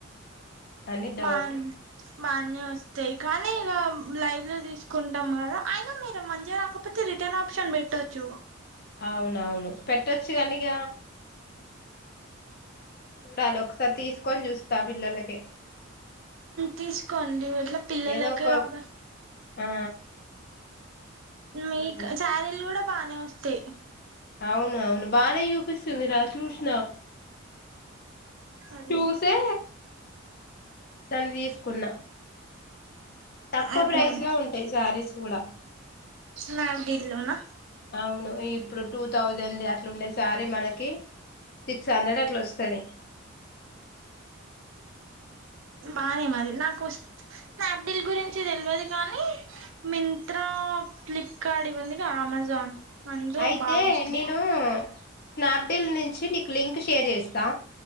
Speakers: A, on the left; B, on the right.
A: అని డౌట్
B: బాన్ బానే వస్తాయి కానీ ఇక లైవ్ లో తీసుకుంటాం కదా అయినా మీరు మధ్య రాకపోతే ర రిటర్న్ ఆప్షన్ పెెట్టొచ్చు
A: అవునవును పెట్టొచ్చు కనిక చూడాలి ఒకసారి తీసుకొని చూస్తా పిల్లలకే
B: తీసుకోండి ఇట్లా పిల్లలకా
A: ఏదో ఒక
B: కాబ
A: ఆ తీసుకొని
B: మీకు
A: చూస్తే
B: ఛారీలు కూడా బానే వస్తాయి
A: అవును అవును బానే చూపిస్తుంది రా చూసినా
B: అదే
A: చూసే దాని తీసుకున్నా తక్కువ
B: అర్థం
A: ప్రైస్ లా ఉంటాయి శారీస్ కూడా
B: స్నాప్ డీల్లో న్నా
A: అవును ఇప్పుడు టూ థౌజండ్ అట్లా ఉండే సారి మనకి సిక్స్ హండ్రెడ్ అట్లా వస్తుంది
B: బానే మాది నాకు స్నాప్ డీల్ గురించి తెల్వదు కానీ మింట్రా ఫ్లిప్కార్ట్ ఇవ్వందిగా అమెజాన్ అందులో
A: అయితే
B: బాగా వస్తాయి
A: నేను స్నాప్డీల్ నుంచి నీకు లింక్ షేర్ చేస్తా